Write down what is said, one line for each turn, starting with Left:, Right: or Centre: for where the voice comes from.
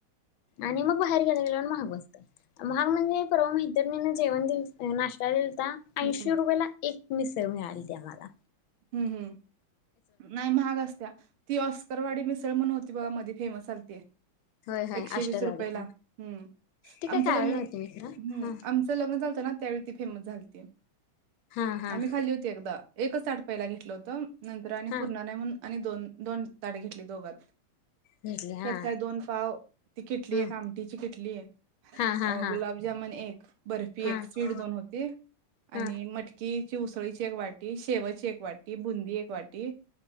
Left: आणि मग बाहेर गेल्या गेल्या महाग बसत महाग म्हणजे परवा मैत्रिणी न जेवण दि नाश्ता दि आता ऐंशी
Right: हं,
Left: रुपयाेला एक मिसळ मिळाली द आ मला
Right: हम्म हम्म नाही महाग असत्या ती ऑस्करवाडी मिसळ म्हण होती बगा मध्ये फेमस असलते
Left: होय होय
Right: एकशे
Left: अष्टरवाडी
Right: वीस रुपयला
Left: हा
Right: हम्म
Left: ती काय
Right: आमचं
Left: खायला
Right: लग्न
Left: नव्हती मी खरं
Right: हम् आमचं लग्न चालतं ना त्यावेळी ती फेमस झालती
Left: हा हा
Right: आम्ही
Left: हा
Right: खाल्ली होती एकदा एकच ताट पहिला घेतलं होतं नंतर आणि
Left: हा
Right: पूर्ण नाही म्हणून आणि दोन दोन ताट घेतली दोघात
Left: घेतली
Right: त्यात
Left: हा
Right: काय दोन पाव ती खिटली
Left: हम्म
Right: आहे आमटीची खिटली आहे
Left: हा हा
Right: अ
Left: हा
Right: गुलाबजामन एक बर्फी
Left: हा
Right: एक
Left: हा
Right: स्वीड दोन होती आणि
Left: हा
Right: मटकी ची उसळीची एक वाटी शेवची एक वाटी बुंदी एक वाटी